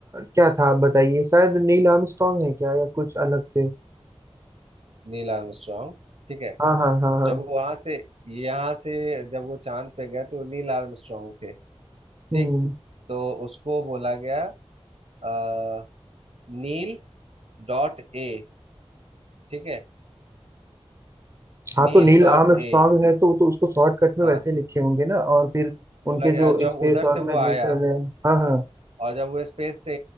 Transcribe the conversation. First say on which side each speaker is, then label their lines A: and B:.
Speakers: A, on the right; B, on the right.
A: क्या था आप बताइए शायद नील आर्मस्ट्रांग है क्या या कुछ अलग से
B: नील आर्मस्ट्रॉन्ग ठीक है
A: हाँ हाँ हाँ हाँ
B: जब वहां से यहाँ से जब वो चांद पे गया तो नील आर्मस्ट्रांग थे ठीक
A: हम्म
B: तो उसको बोला गया अ, नील डॉट ए ठीक है
A: हाँ
B: नील
A: तो नील
B: डॉट
A: आर्मस्ट्रांग
B: ए
A: है तो तो उसको शॉर्टकट में
B: हाँ
A: वैसे लिखे होंगे ना और फिर
B: बोला
A: उनके जो
B: गया जब
A: स्पेस
B: उधर
A: ऑर्गेनाइजेशन
B: से वो आया
A: है हाँ हाँ
B: और जब वो स्पेस से